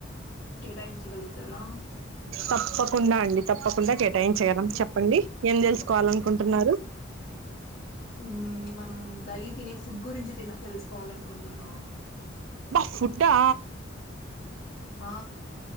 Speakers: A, on the left; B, on the right.
A: కేటాయించ గలుగుతారా
B: తప్పకుండా అండి తప్పకుండా కేటాయించగలం చెప్పండి ఏం తెలుసుకోవాలి అనుకుంటున్నారు
A: హు మనం డైలీ తినే ఫుడ్ గురించి తిన తెలుసుకోవాలనుకుంటున్న
B: అబ్బా ఫుడ్డా
A: ఆ